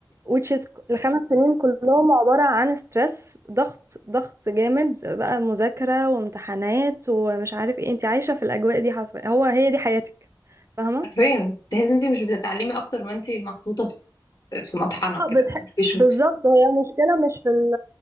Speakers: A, on the right (about 35°); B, on the left (about 55°).
A: which is الخمس سنين كلهم عبارة عن ستريس ضغط ضغط جامد بقى مذاكرة وامتحانات ومش عارف ايه انت عايشة في الأجواء دي حرفيا هو هي دي حياتك فاهمة؟
B: عارفين تحسي انتي مش بتتعلمي اكتر ما انتي محطوطه في في مطحنه
A: اه
B: كده
A: بتح...
B: مفيش
A: بالظبط هي مشكلة مش في ال...